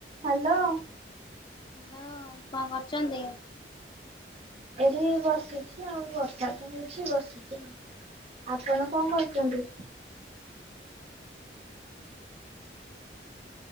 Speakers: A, on the right; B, on the left.
A: ହ୍ୟାଲୋ।
B: ହାଲୋ କଣ କରୁଛନ୍ତି?
A: ଏଠି ବସିଛି ଆଉ ବର୍ଷାତ ହୋଉଛି ବସିଛି ଆଉ। ଆପଣ କଣ କରୁଛନ୍ତି?